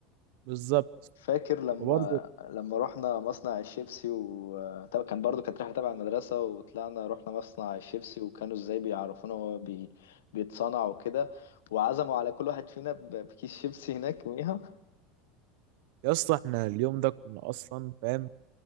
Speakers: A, on the right; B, on the left.
A: وبالظبط
B: فاكر لما
A: وبرضه
B: لما رحنا مصنع الشيبسي و طبعا كان برضو كانت رحلة تبع المدرسة وطلعنا رحنا مصنع الشيبسي وكانوا ازاي بيعرفونا هو بي... بيتصنع وكده وعزموا على كل واحد فينا ب- بكيس شيبسي هناك <laughs> يوميها
A: يا اسطى احنا اليوم ده كنا اصلا فاهم